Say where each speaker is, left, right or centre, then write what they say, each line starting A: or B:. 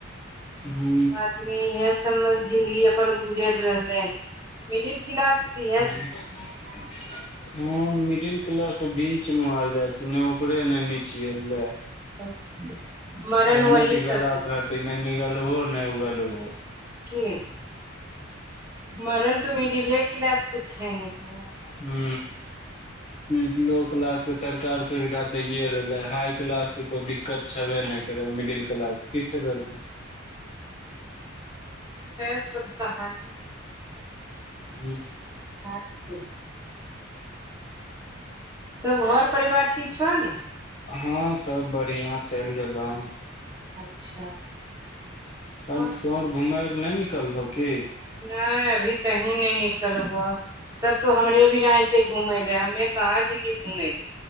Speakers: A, on the left; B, on the right.
A: हू
B: आब आदमी इहे सबमे जिंन्दगी अपन गुजर रहले हऽ मिडिल क्लास भी
A: ह मिडिल क्लास तऽ बीच मे आ जाइत अछि। ने ऊपरे नऽ नचिये लेऽ
B: <unintelligible> मरण
A: कहै
B: वही
A: नहि छै गला
B: सबके
A: खाटी
B: छै
A: नहि निगलबो नहि उगलबो
B: कि मरण तऽ मिडिले क्लास छै नऽ फेरो
A: हू लो क्लास के सरकार सुविधा दैए रहलै हाई क्लास कऽ कोइ दिक्कत छबे नहि करै मिडिल क्लास पिस रहलय हँ
B: <unintelligible>
A: हू
B: <unintelligible> सब घर परिवार ठीक छौ नऽ
A: हाँ सब बढ़िया चलि रहलो हँ
B: अच्छा
A: तब
B: हँ
A: तोर घुमेय नहि निकलबहो की
B: नहि अभी कही नहि निकलबऽ सब तो हमरे भना घूमै लऽ हमे कहाँ जए घुमे